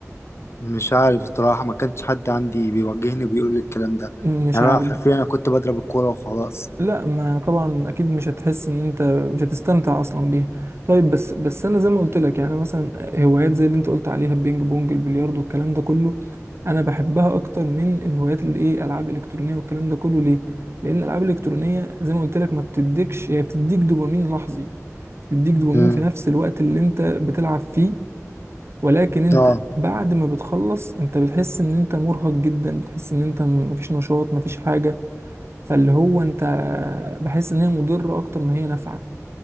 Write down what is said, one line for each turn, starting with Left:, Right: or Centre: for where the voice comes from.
Left: مش عارف الصراحة ما كانش حد عندي بيوجهني وبيقول لي الكلام ده
Right: مش
Left: يعني
Right: عارف
Left: انا حرفيا انا كنت بضرب الكورة وخلاص
Right: لا ما طبعا اكيد مش هتحس ان انت مش هتستمتع اصلا بيها طيب بس بس انا زي ما قلت لك يعني مثلا هوايات زي اللي انت قلت عليها البينج بونج البلياردو الكلام ده كله انا بحبها اكتر من الهوايات اللي ايه العاب الكترونيه والكلام ده كله ليه لان الالعاب الالكترونيه زي ما قلت لك ما بتديكش هي بتديك دوبامين لحظي بتديك دوبامين
Left: مم.
Right: في نفس الوقت اللي انت بتلعب فيه ولكن انت
Left: اه
Right: بعد ما بتخلص انت بتحس ان انت مرهق جدا بتحس ان انت مفيش نشاط مفيش حاجه فاللي هو انت بحس ان هي مضره اكتر ما هي نافعه